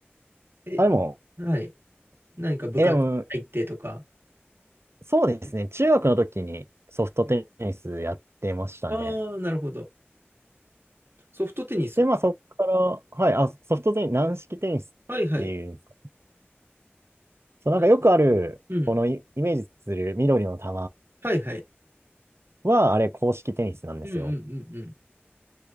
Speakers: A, on the right (about 60°); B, on the right (about 80°).
A: え、
B: あ、でも、
A: はい。何か部活入ってとか。
B: え、でも、そうですね。中学の時にソフトテニスやってましたね。
A: ああ、なるほど。ソフトテニス。
B: で、まあそこから、はい、あ、ソフトテニス、軟式テニスっていうんですか。
A: はいはい。
B: そう、
A: あ、
B: なんかよくある、
A: うん。
B: このイ、イメージする緑の球
A: はいはい。
B: は、あれ、公式テニスなんですよ。
A: うんうんうんうん。